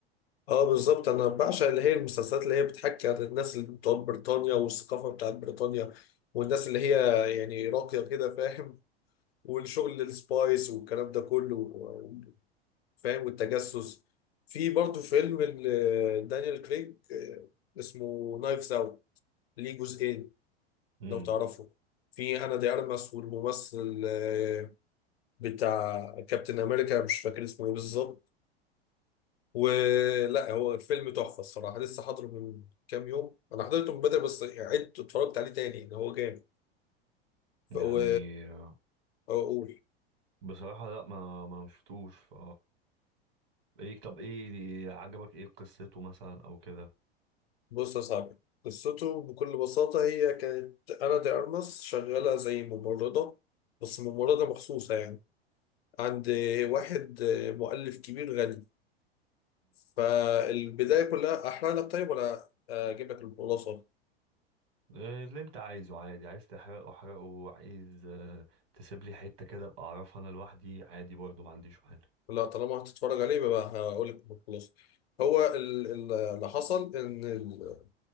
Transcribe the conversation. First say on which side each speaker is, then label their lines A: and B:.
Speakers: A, on the left (about 70°); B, on the right (about 60°).
A: اه بالظبط انا بعشق اللي هي المسلسلات اللي هي بتحكي عن الناس اللي بتوع بريطانيا والثقافه بتاعت بريطانيا والناس اللي هي يعني راقيه كده فاهم والشغل السبايس والكلام ده كله و- فاهم والتجسس في برضه فيلم ال- دانيال كريج آه، اسمه نايفز اوت ليه جزئين
B: امم
A: لو تعرفوا في انا دي ارمس والممثل آه، بتاع كابتن امريكا مش فاكر اسمه ايه بالظبط ولا هو فيلم تحفه الصراحه لسه حاضره من كام يوم انا حضرته من بدري بس عدت اتفرجت عليه تاني ان هو جامد فهو
B: يعني آه،
A: اقول
B: بصراحة لا ما ما شفتوش ف ايه طب ايه عجبك ايه قصته مثلا او كده
A: بص يا صاحبي قصته بكل بساطة هي كانت أنا دي أرمس شغالة زي ممرضة بس ممرضة مخصوصة يعني عند واحد مؤلف كبير غني فالبداية كلها أحرق لك طيب ولا أجيب لك الخلاصة؟
B: آه، اللي انت عايزه عادي عايز تحرقه احرقه عايز آه، تسيب لي حتة كده ابقى اعرفها انا لوحدي عادي برضه ما عنديش مانع
A: لا طالما هتتفرج عليه يبقى هقول لك الخلاصة هو ال- ال- اللي حصل إن ال-